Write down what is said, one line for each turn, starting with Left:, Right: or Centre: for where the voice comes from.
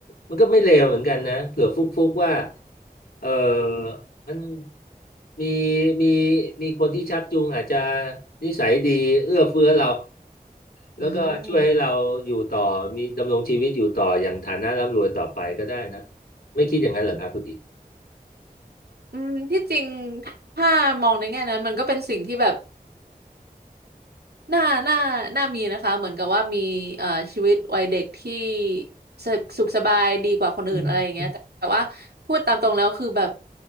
Left: มันก็ไม่เลวเหมือนกันนะเผื่อฟุกฟุกว่าเออมันมีมีมีคนที่ชักจูงอาจจะนิสัยดีเอื้อเฟื้อเราแล้วก็ช่วยให้เราอยู่ต่อมีดำรงชีวิตอยู่ต่ออย่างฐานะร่ำรวยต่อไปก็ได้นะ
Right: อืม
Left: ไม่คิดอย่างนั้นเหรอครับคุณดี
Right: อืมที่จริงถ้ามองในแง่นั้นมันก็เป็นสิ่งที่แบบ น่าน่าน่ามีนะคะเหมือนกับว่ามีเอ่อชีวิตวัยเด็กที่สสุขสบายดีกว่าคนอื่นอะไรอย่างเงี้ยแต่แต่ว่าพูดตามตรงแล้วคือแบบ
Left: อืม